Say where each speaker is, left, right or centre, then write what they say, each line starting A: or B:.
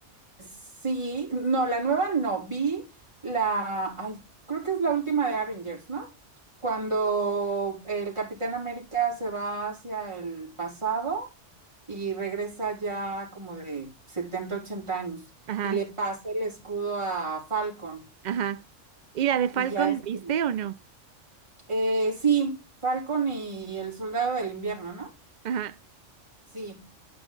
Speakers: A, on the right (about 25°); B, on the right (about 65°).
A: sí, no, la nueva no, vi la, ay, creo que es la última de Avengers, ¿no? Cuando el Capitán América se va hacia el pasado y regresa ya como de 70 80 años
B: Ajá,
A: y le pasa el escudo a Falcon
B: ajá. ¿Y la de Falcon,
A: y ya es
B: la viste
A: como,
B: o no?
A: eh, sí, Falcon y el soldado del invierno, ¿no?
B: Ajá.
A: Sí,